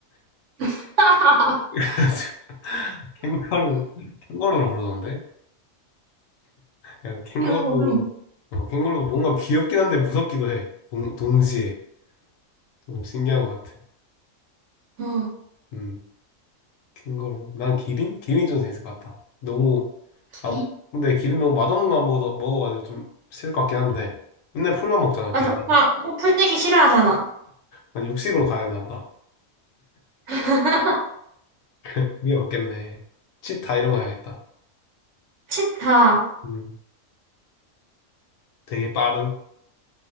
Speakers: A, on the right; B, on the left.
A: <laughs>
B: <laughs> 그래가지고 캥거루 캥거루라 부르던데. 약간 캥거루
A: 캥거루.
B: 어, 캥거루 뭔가 귀엽긴 한데 무섭기도 해. 동, 동시에. 좀 신기한 것 같아.
A: 어,
B: 음, 큰 걸로. 난 기린? 기린이 좀 재밌을 것 같다. 너무,
A: 기린?
B: 아, 근데 기린 너무 맛없는 거 먹어, 먹어가지고 좀 싫을 것 같긴 한데. 맨날 풀만 먹잖아,
A: 맞아.
B: 기린.
A: 오빠, 오빠 풀떼기 싫어하잖아.
B: 난 육식으로 가야 되나 보다.
A: <laughs>
B: 그게 맞겠네. 치타 이런 거 해야겠다.
A: 치타.
B: 음, 되게 빠른.